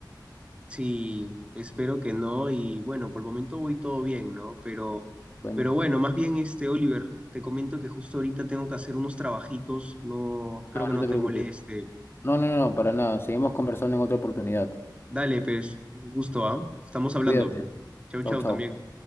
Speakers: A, on the right (about 15°); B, on the left (about 30°).
A: Sí, espero que no y bueno, por el momento voy todo bien, ¿no? Pero,
B: Bueno,
A: pero bueno, más bien este, Oliver, te comento que justo ahorita tengo que hacer unos trabajitos, no, espero
B: no,
A: que
B: no
A: no
B: te
A: te
B: preocupes.
A: moleste.
B: No, no, no, para nada. Seguimos conversando en otra oportunidad.
A: Dale, pues, gusto, ¿ah? Estamos hablando.
B: Cuídate.
A: Chau,
B: Chao,
A: chau
B: chao.
A: también.